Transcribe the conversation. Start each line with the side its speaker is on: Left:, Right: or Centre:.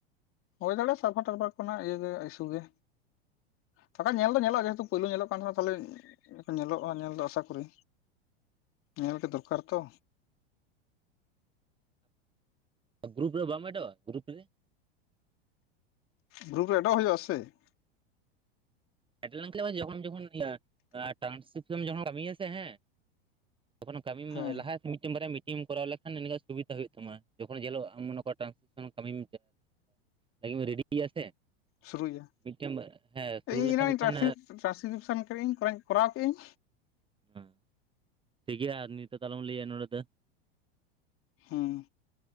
Left: ᱦᱳᱭ ᱫᱟᱲᱮᱭᱟᱜᱼᱟ ᱥᱟᱨᱵᱟᱨ ᱛᱟᱨᱵᱟᱨ ᱠᱷᱚᱱᱟᱜ ᱤᱭᱟᱹ ᱜᱮ ᱤᱥᱩ ᱜᱮ ᱵᱟᱠᱷᱟᱡ ᱧᱮᱞ ᱫᱚ ᱧᱮᱞᱚᱜᱼᱟ ᱡᱮᱦᱮᱛᱳ ᱯᱳᱭᱞᱳ ᱧᱮᱞᱚᱜ ᱠᱟᱱ ᱛᱟᱦᱮᱸᱱᱟ ᱛᱟᱦᱞᱮ ᱧᱮᱞᱚᱜᱼᱟ ᱧᱮᱞ ᱫᱚ ᱟᱥᱟᱠᱤ ᱧᱮᱞ ᱜᱮ ᱫᱚᱨᱠᱟᱨ ᱛᱚ
Right: ᱜᱨᱩᱯ ᱨᱮ ᱵᱟᱢ ᱮᱰᱚᱼᱟ ᱜᱨᱩᱯ ᱨᱮ
Left: ᱜᱨᱩᱯ ᱨᱮ ᱮᱰᱚᱜ ᱦᱩᱭᱩᱜᱼᱟ ᱥᱮ?
Right: ᱮᱰ ᱞᱮᱱᱠᱷᱟᱱ ᱡᱚᱠᱷᱚᱱ ᱡᱚᱠᱷᱚᱱ ᱤᱭᱟᱹ ᱴᱟᱱᱥᱠᱨᱤᱯᱥᱚᱱ ᱠᱟᱹᱢᱮ ᱦᱮᱸ ᱛᱚᱠᱷᱚᱱ ᱠᱟᱹᱢᱤᱢ
Left: ᱦᱮᱸ
Right: ᱞᱟᱦᱟ ᱢᱤᱫᱴᱮᱱ ᱵᱟᱨᱭᱟ ᱢᱤᱴᱤᱝ ᱮᱢ ᱠᱚᱨᱟᱣ ᱞᱮᱠᱷᱟᱱ ᱤᱱᱟᱹᱜ ᱠᱷᱟᱱ ᱥᱩᱵᱤᱫᱷᱟ ᱦᱩᱭᱩᱜ ᱛᱟᱢᱟ ᱡᱚᱠᱷᱚᱱ ᱧᱮᱞᱚᱜᱼᱟ ᱚᱠᱟᱴᱟᱜ ᱠᱟᱹᱢᱤᱢ ᱞᱟᱹᱜᱤᱫ ᱮᱢ ᱨᱮᱰᱤᱭᱮᱫᱼᱟ ᱥᱮ
Left: ᱥᱩᱨᱩᱭᱟ
Right: ᱢᱤᱫᱴᱮᱱ ᱦᱮᱸ ᱥᱩᱨᱩ
Left: ᱤᱧ
Right: ᱞᱮᱱᱠᱷᱟᱱ
Left: ᱮᱱᱟ
Right: ᱢᱤᱫᱴᱮᱱ
Left: ᱴᱨᱟᱱᱥᱯ ᱴᱟᱱᱥᱠᱨᱤᱯᱥᱚᱱ ᱠᱟᱢᱤᱧ ᱠᱚᱨᱟᱣ ᱠᱮᱜᱼᱤᱧ
Right: ᱦᱮᱸ ᱴᱷᱤᱠ ᱜᱮᱭᱟ ᱱᱤᱛᱚᱜ ᱫᱚ ᱟᱞᱚᱢ ᱞᱟᱹᱭᱟ ᱱᱚᱸᱰᱮ ᱫᱚ
Left: ᱦᱮᱸ